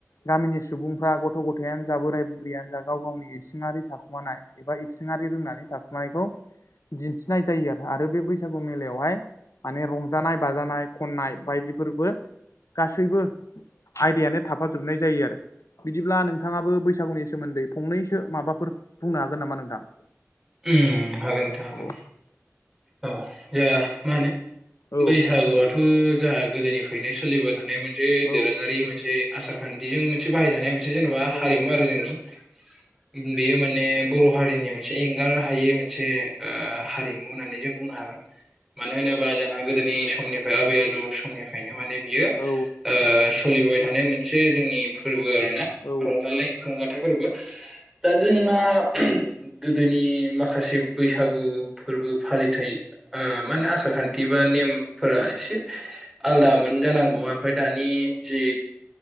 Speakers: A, on the left; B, in the centre.
A: गामिनि सुबुंफ्रा गथ' गथायानो जा बोराय बुरैयानो जा गाव गावनि इसिङारि थाखुमानाय एबा इसिङारि रोंनानै थाखानायखौ दिन्थिनाय जायो आरो आरो बे बैसागु मेलायावहाय माने रंजानाय बाजानाय खननाय बायदिफोरबो गासैबो आयदायानो थाफाजोबनाय जायो आरो बिदिब्ला नोंथाङाबो बैसागुनि सोमोन्दै फंनैसो माबाफोर बुंनो हागोन नामा नोंथां?
B: उम हागोन नोंथां हागोन।
A: औ
B: औ जोंहा मा होनो
A: औ
B: बैसागुआथ' जोंहा गोदोनिफ्रायनो सोलिबो थानाय मोनसे
A: औ
B: दोरोङारि मोनसे आसार खान्थिजों मोनसे बाहायजानाय मोनसे जेन'बा
A: औ
B: हारिमु आरो जोंनि। <unintelligible> बेयो माने बर' हारिनि मोनसे एंगार हायै मोनसे ओ हारिमु होननानै जों बुंनो हागोन मानो होनोबा जोंहा गोदोनि समनिफ्राय आबै आजौ समनिफ्रायनो माने बियो
A: औ
B: ओ सोलिबोबाय थानाय मोनसे जोंनि फोरबो आरोना
A: औ
B: रंजानाय रंजाथाइ फोरबो दा जोंना गोदोनि माखासे बैसागु फोरबो फालि थाय ओ मा होनो आसार खान्थि बा नेमफोरा एसे आलदामोन जानांगौ आं ओमफ्राय दानि जि